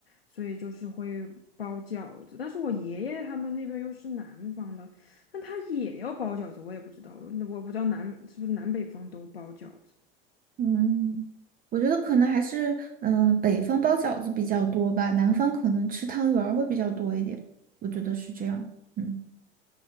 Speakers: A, on the left; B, on the right.
A: 所以就是会包饺子。但是我爷爷他们那边又是南方的，那他也要包饺子，我也不知道，那我不知道南是不是南北方都包饺子。
B: <laughs> 嗯，我觉得可能还是嗯、呃北方包饺子比较多吧，南方可能吃汤圆儿会比较多一点，我觉得是这样。嗯